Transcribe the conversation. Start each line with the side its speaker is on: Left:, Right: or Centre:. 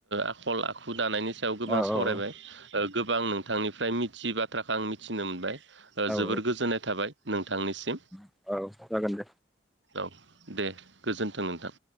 Right: आखल आखु दानायनि स सायाव गोबां
Centre: औ
Right: सावरायबाय
Centre: औ
Right: गोबां नोंथांनिफ्राय मिथियै बाथ्राखौ आं मिथिनो मोनबाय।
Centre: औ
Right: जोबोर
Centre: औ
Right: गोजोननाय थाबाय नोंथांनिसिम
Centre: औ औ जागोन दे
Right: औ। दे गोजोन्थों नोंथां।